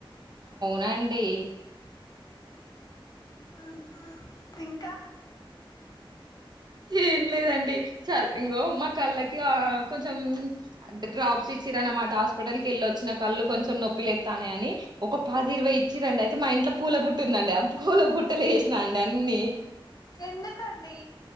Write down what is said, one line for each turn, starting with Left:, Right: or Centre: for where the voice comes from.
Right: రండి
Left: ఉ హ్ ఇంకా
Right: ఏం లేదండి చ ఇంగో మా కళ్ళకి కొంచం డ్రాప్స్ ఇ ఇచ్చరన్నమాట హాస్పిటల్ కి వెళ్ళోచ్చిన కళ్ళు కొంచెం నొప్పిలెస్తా అని ఒక పాది ఇరవై ఇచ్చిరండి అయితే మా ఇ ఇంట్లో పూల బుట్టు ఉందండి ఆ పూల బుట్టలు వేసినా అండి అన్నిీ
Left: ఎందు కడి